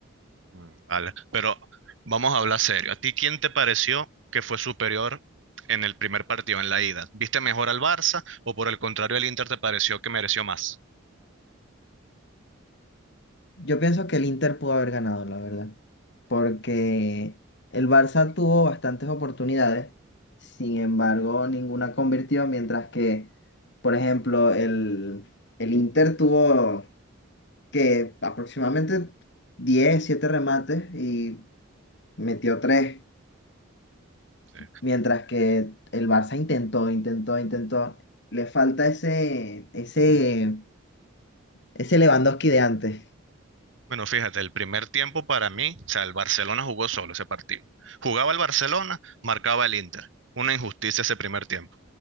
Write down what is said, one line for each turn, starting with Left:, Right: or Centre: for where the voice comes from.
Right: Mm, Vale, pero vamos a hablar serio. ¿A ti quién te pareció que fue superior en el primer partido, en la ida? ¿Viste mejor al Barça o por el contrario el Inter te pareció que mereció más?
Left: Yo pienso que el Inter pudo haber ganado, la verdad, porque el Barça tuvo bastantes oportunidades, sin embargo, ninguna convirtió, mientras que, por ejemplo, el, el Inter tuvo que aproximadamente 10 7 remates y metió tres
Right: Sí.
Left: Mientras que el Barça intentó, intentó, intentó. Le falta ese, ese, ese Lewandowski de antes.
Right: Bueno, fíjate, el primer tiempo para mí, o sea, el Barcelona jugó solo ese partido. Jugaba el Barcelona, marcaba el Inter. Una injusticia ese primer tiempo.